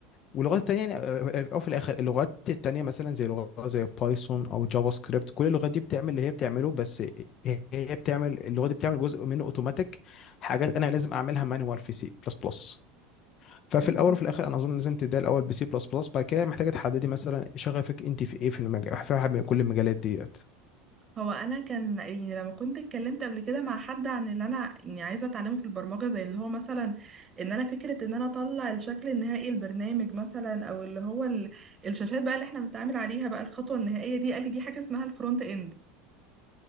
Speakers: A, on the left; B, on the right.
A: واللغات التانية يعني آه، آه، او في الاخر اللغات التانية مثلا زي لغة زي بايثون او جافا سكريبت كل اللغات دي بتعمل اللي هي بتعمله بس هي هي بتعمل اللغة دي بتعمل جزء منه اوتوماتيك حاجات انا لازم اعملها مانوال في سي بلس بلس ففي
B: مم.
A: الاول وفي الاخر انا اظن لازم تبدأ الاول بسي بلس بلس بعد كده محتاجة تحددي مثلا شغفك انت في ايه في المجال في واحد من كل المجالات ديت
B: هو انا كان يعني لما كنت اتكلمت قبل كده مع حد عن اللي انا يعني عايزه اتعلمه في البرمجه زي اللي هو مثلا ان انا فكره ان انا اطلع الشكل النهائي البرنامج مثلا او اللي هو ال- الشاشات بقى اللي احنا بنتعامل عليها بقى الخطوه النهائيه دي قال لي دي حاجه اسمها الفرونت اند